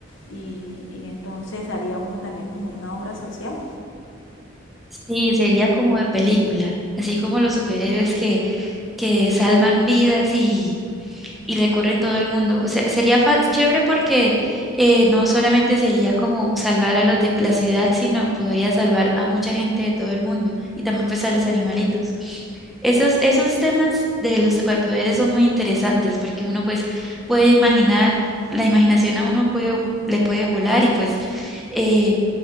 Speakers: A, on the left; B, in the centre.
A: Y, y entonces haría uno también como una obra social.
B: Sí, sería como de película, así como los superhéroes que, que salvan vidas y, y recorren todo el mundo. O sea, sería fa- chévere porque eh, no solamente sería como salvar a los de la ciudad, sino podría salvar a mucha gente de todo el mundo y también pues a los animalitos. Esos, esos temas de los superpoderes son muy interesantes porque uno pues puede imaginar, la imaginación a uno puede, le puede volar y pues... eh,